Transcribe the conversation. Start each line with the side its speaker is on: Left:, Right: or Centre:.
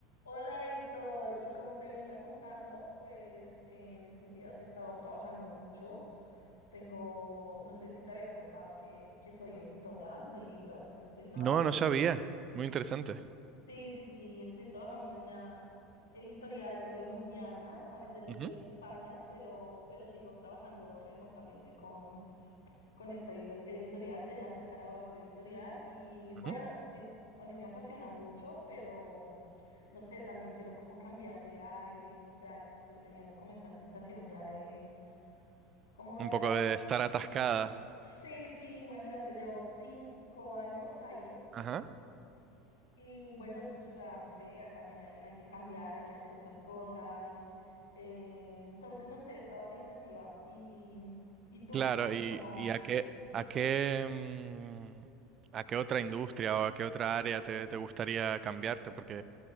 Left: Hola Héctor, y como te venía contando, pues en estos días he estado trabajando mucho. Tengo, no sé si te había contado que, que soy editora de libros. Estoy trabajando.
Right: No, no sabía. Muy interesante.
Left: Sí, sí, sí, estoy trabajando en una editorial colombiana. Ahorita yo
Right: Ujú,
Left: estoy en España, pero, pero sigo trabajando remotamente con con esta edo- editorial, se llama Escarabajo Editorial y bueno,
Right: ujú.
Left: es, a mí me apasiona mucho, pero no sé, también quiero como cambiar de aire, no sé, al- estoy teniendo como esta sensación ya de, como
Right: Un
Left: de
Right: poco
Left: edad.
Right: de estar atascada.
Left: Sí, sí, imagínate, llevo cinco años ahí
Right: Ajá.
Left: y bueno, yo- o sea, no sé, también hay, hay que cambiar, hay que hacer otras cosas. eh, entonces, no sé, he estado pensativa y, y tú
Right: Claro,
Left: cuéntame
Right: y,
Left: cómo vas.
Right: y a qué, a qué, mm, a qué otra industria o a qué otra área te, te gustaría cambiarte, porque